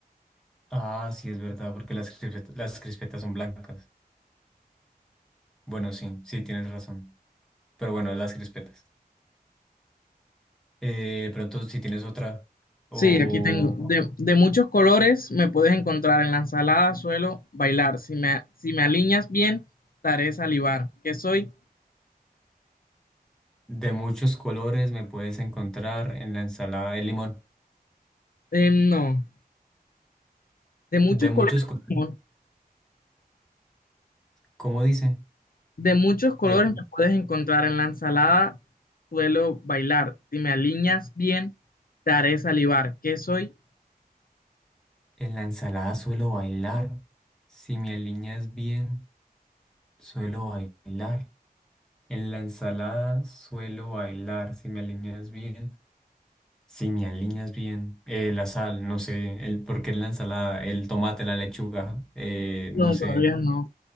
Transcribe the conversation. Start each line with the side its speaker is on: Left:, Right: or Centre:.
Centre: Ah, sí, es verdad, porque las crispetas, las crispetas son blancas. Bueno, sí, sí, tienes razón. Pero bueno, las crispetas. Eh, pronto, si tienes otra o
Left: Sí, aquí tengo. De, de muchos colores me puedes encontrar. En la ensalada suelo bailar. Si me, si me alineas bien, te haré salivar. ¿Qué soy?
Centre: de muchos colores, me puedes encontrar en la ensalada de limón.
Left: Eh, no. De muchos
Centre: De
Left: colores,
Centre: muchos colores,
Left: no.
Centre: ¿cómo dice?
Left: de muchos colores
Centre: De,
Left: me puedes encontrar. En la ensalada suelo bailar. Si me alineas bien, te haré salivar. ¿Qué soy?
Centre: en la ensalada suelo bailar. Si me alineas bien, suelo bailar. En la ensalada suelo bailar, si me alineas bien. Si me alineas bien. Eh, la sal, no sé. El, ¿por qué en la ensalada? El tomate, la lechuga, eh,
Left: No,
Centre: no sé.
Left: todavía no.